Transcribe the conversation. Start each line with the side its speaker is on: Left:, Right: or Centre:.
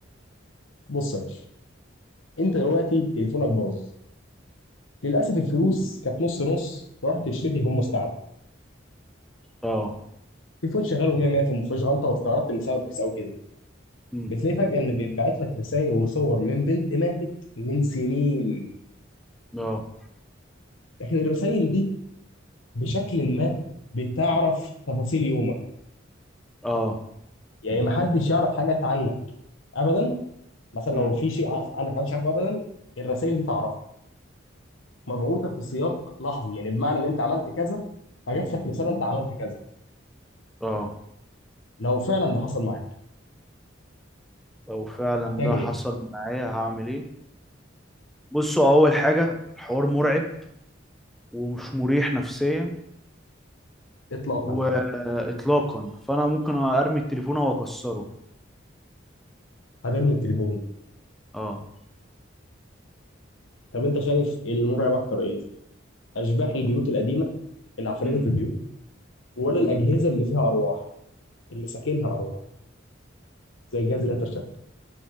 Left: بص يا باشا انت دلوقتي تليفونك باظ للاسف الفلوس
Centre: مم.
Left: كانت نص نص ورحت اشتري تليفون مستعمل
Centre: اه
Left: تليفون شغال 100 100 فما فيهوش غلطه واستغربت ان سبب كيس او كده
Centre: مم.
Left: بتلاقي فجاه ان بيتبعت لك رسائل وصور من بنت ماتت من سنين
Centre: اه
Left: لكن الرسائل دي بشكل ما بتعرف تفاصيل يومك
Centre: اه
Left: يعني ما حدش يعرف حاجات عنك ابدا مثلا
Centre: مم.
Left: لو في شيء عارف- عنك محدش عارفه ابدا الرسائل دي تعرفه مبعوثه في سياق لحظي يعني بمعنى ان انت عملت كذا فجات لك رساله انت عملت كذا
Centre: اه
Left: لو فعلا ده حصل معاك
Centre: لو فعلا
Left: هتعمل
Centre: ده حصل
Left: ايه؟
Centre: معايا هعمل ايه بصوا اول حاجة الحوار مرعب ومش مريح نفسيا
Left: اطلاقا
Centre: واطلاقا فانا ممكن ارمي التليفون او اكسره
Left: هترمي التليفون
Centre: اه
Left: طب انت شايف المرعب اكتر ايه؟ اشباح البيوت القديمه العفاريت
Centre: امم
Left: اللي في البيوت ولا الاجهزه
Centre: امم
Left: اللي فيها ارواح اللي ساكنها ارواح زي الجهاز اللي انت اشتريته